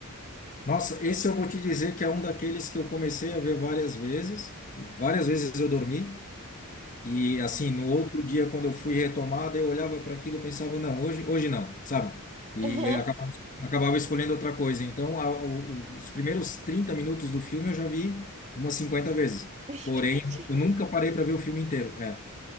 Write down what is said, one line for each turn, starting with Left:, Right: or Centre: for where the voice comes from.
Left: Nossa, esse eu vou te dizer que é um daqueles que eu comecei a ver várias vezes. Várias vezes eu dormi e assim, no outro dia quando eu fui retomada, eu olhava para aquilo e pensava, não, hoje, hoje não, sabe? E,
Right: Aham,
Left: aí acabava, acabava escolhendo outra coisa. Então, a, o, os primeiros 30 minutos do filme eu já vi umas 50 vezes.
Right: <laughs>
Left: Porém,
Right: entendi.
Left: eu nunca parei para ver o filme inteiro. É,